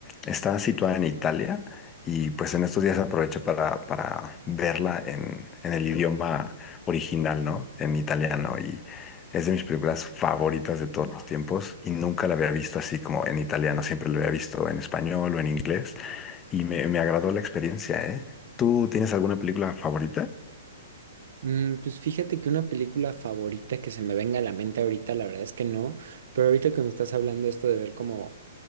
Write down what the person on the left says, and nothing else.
está situada en Italia. Y pues en estos días aproveché para, para verla en, en el idioma original, ¿no? En italiano. Y es de mis películas favoritas de todos los tiempos. Y nunca la había visto así como en italiano. Siempre la había visto en español o en inglés. Y me, me agradó la experiencia, ¿eh? ¿Tú tienes alguna película favorita?